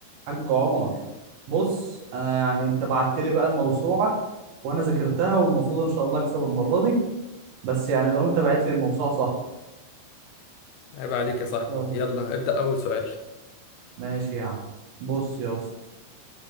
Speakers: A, on the right; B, on the left.
A: حاج عمر بص انا يعني انت بعت لي بقى الموسوعه وانا ذاكرتها والمفروض ان شاء الله اكسب المره دي بس يعني لو انت بعت لي الموسوعه صح
B: عيب عليك يا صاحبي
A: آه.
B: يلا ابدأ أول سؤال
A: ماشي يا عم بص يا اسطى